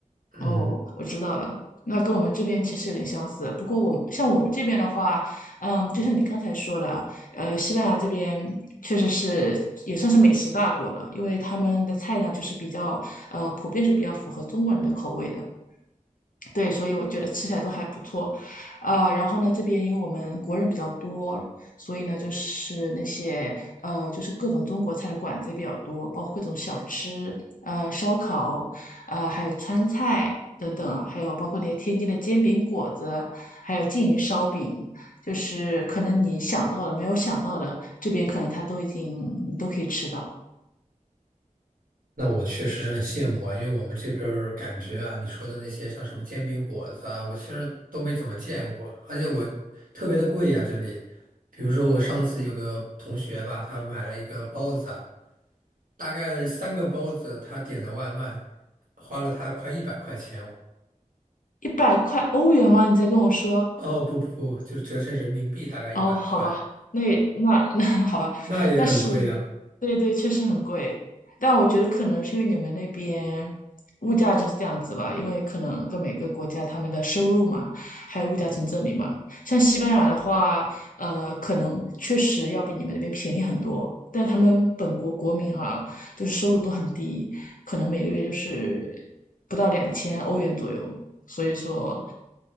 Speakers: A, on the right (about 85°); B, on the left (about 80°).
A: 嗯。
B: 哦，我知道了。那跟我们这边其实有点相似，不过我们像我们这边的话，嗯，就像你刚才说的，呃，西班牙这边确实是也算是美食大国了，因为他们的菜呢就是比较呃普遍是比较符合中国人的口味的。对，所以我觉得吃起来都还不错，呃，然后呢，这边因为我们国人比较多，所以呢，就是那些呃，就是各种中国菜的馆子也比较多，包括各种小吃，呃，烧烤，呃，还有川菜等等啊，还有包括那些天津的煎饼果子，还有缙云烧饼，就是可能你想到的、没有想到的，这边可能它都已经你都可以吃到。
A: 那我确实是很羡慕啊，因为我们这边儿感觉啊，你说的那些像什么煎饼果子啊，我其实都没怎么见过，而且我特别的贵呀、这里。比如说我上次有个同学吧，他买了一个包子啊，大概三个包子，他点的外卖，花了他快一百块钱哦。
B: 一百块欧元吗？你在跟我说？
A: 哦，不不不，就折成人民币大概一百块，
B: 哦，好吧，那那 <laughs> 那好吧，
A: 那也很贵呀、
B: 但是，对对，确实很贵，但我觉得可能是因为你们那边物价就是这样子吧，因为可能跟每个国家他们的收入嘛，还有物价成正比嘛。像西班牙的话，呃，可能确实要比你们那边便宜很多，但他们本国国民哈，就是收入都很低，可能每个月就是不到两千欧元左右，所以说